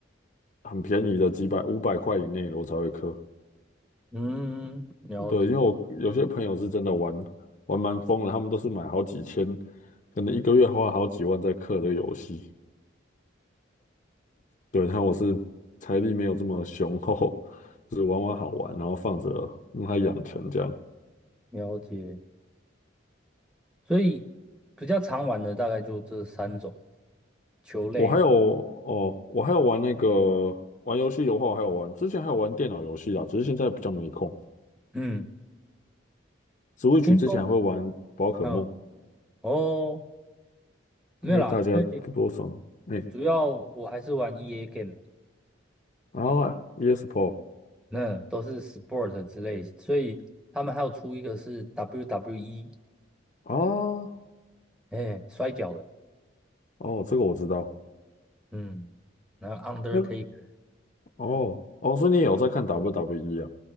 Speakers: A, on the left (about 40°); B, in the centre.
A: 很便宜的几百五百块以内的我才会氪。
B: 嗯，了解
A: 对，因为我有些朋友是真的玩玩蛮疯了，他们都是买好几千，可能一个月花好几万在氪的游戏。对，然后我是财力没有这么雄厚，就是玩玩好玩，然后放着让它养成这样。
B: 了解，所以比较常玩的大概就这三种球类啊。
A: 我还有哦，我还有玩那个玩游戏的话，我还有玩，之前还有玩电脑游戏啊，只是现在比较没空。
B: 嗯，
A: Switch
B: 听说，
A: 之前还会玩宝可梦，
B: 嗯，哦，没有啦，
A: 应该大家多多少哎，
B: 因为主要我还是玩 EA game 吧，
A: 然后 ESPO
B: 那都是 sport 之类，所以他们还有出一个是 WWE，
A: 啊，
B: 哎，摔跤的，
A: 哦，这个我知道，
B: 嗯，然后 Undertaker，
A: 那个哦哦，所以你也有在看 WWE 啊？